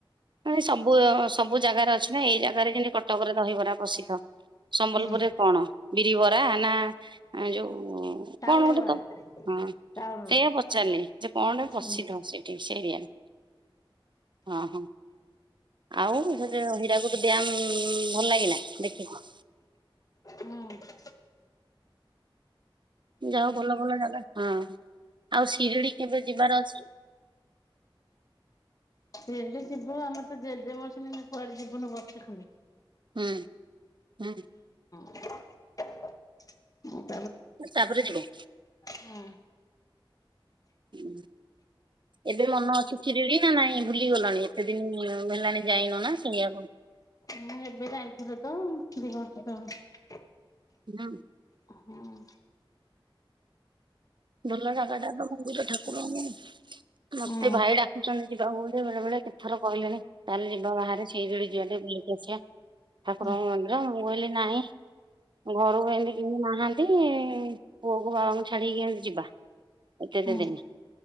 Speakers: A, on the right (about 60°); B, on the left (about 40°).
A: ମାନେ ସବୁ ଅ ସବୁ ଜାଗାରେ ଅଛି ନା, ଏଇ ଜାଗାରେ ଯେମତି କଟକରେ ଦହିବରା ପ୍ରସିଦ୍ଧ। ସମ୍ବଲପୁରରେ
B: ହୁଁ
A: କଣ ବିରିବରା ନା ଯୋଉ
B: ଚାଉଳ
A: କଣ ଗୋଟେ
B: ବରା
A: ତ? ହଁ
B: ଚାଉଳ
A: ସେୟା
B: ବରା।
A: ପଚାରିଲି ଯେ କଣ
B: ହୁଁ
A: ପ୍ରସିଦ୍ଧ ସେଠି ସେ ଏରିଆରେ? ଅଁ ହଁ। ଆଉ ସେ ଯୋ ହୀରାକୁଦ ଡ଼୍ୟାମ ଭଲ ଲାଗିଲା ଦେଖିକି?
B: ହୁଁ
A: ଯା ହଉ ଭଲ ଭଲ ଜାଗ ହଁ ଆଉ ସିରିଡି କେବେ ଯିବାର ଅଛି
B: ସିରିଡି ଯିବୁ ଆମର ତ ଜେଜେ ମରିଛନ୍ତି। ଏଇନା କୁଆଡେ ଯିବୁନୁ ବର୍ଷେ ଖଣ୍ଡେ।
A: ହୁଁ ହୁଁ।
B: ଆଁ।
A: ତା ପରେ ଯିବୁ।
B: ହଁ
A: ଉଁ। ଏବେ ମନ ଅଛି ସିରିଡି ନା ନାଇଁ ଭୁଲିଗଲଣି ଏତେ ଦିନ ହେଲାଣି ଯାଇନ ନା ସେଇଆକୁ?
B: ମୁଁ ଏବେ ଯାଇଥିଲୁ ତ ଦି ବର୍ଷ ତଳେ।
A: ହୁଁ।
B: ଆଁ ହଁ।
A: ଭଲ ଜାଗା ଟା ତ <unintelligible> ଠାକୁର ମୁଁ ମତେ
B: ହୁଁ
A: ଭାଇ ଡାକୁଚନ୍ତି ଯିବାକୁ ଯେ ବେଳେ ବେଳେ କେତେଥର କହିଲେଣି ଚାଲେ ଯିବା ବାହାରେ ସିରିଡି ଯିବା ଟିକେ ବୁଲ ଯାଇକି ଆସିବା। ଠାକୁରଙ୍କ
B: ହୁଁ
A: ମନ୍ଦିର ମୁଁ କଇଲି ନାଇଁ ଘରୁକୁ ଏମିତି କେଇ ନାହାନ୍ତି ପୁଅକୁ ବାବାଙ୍କୁ ଛାଡିକି କେମ ଯିବା ଏ କେତେ
B: ହୁଁ
A: ଦିନି?